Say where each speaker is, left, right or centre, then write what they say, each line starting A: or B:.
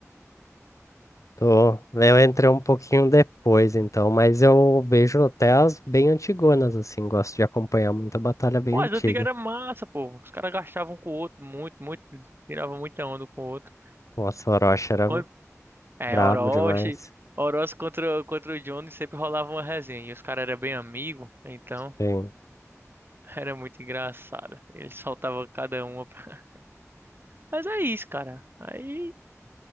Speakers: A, on the left; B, on the right.
A: Tô. né, Eu entrei um pouquinho depois, então, mas eu vejo até as bem antigonas, assim, gosto de acompanhar muita batalha bem
B: Pô,
A: antiga.
B: as antigas era massa, pô. Os caras gastavam com o outro muito, muito. Tiravam muita onda com o outro.
A: Nossa, o Orochi era
B: Quando- É,
A: brabo
B: Orochi.
A: demais.
B: Orochi contra, contra o Johnny sempre rolava uma resenha. E os caras eram bem amigos, então
A: Sim.
B: <laughs> era muito engraçado. Eles soltavam cada uma. pra- Mas é isso, cara. Aí,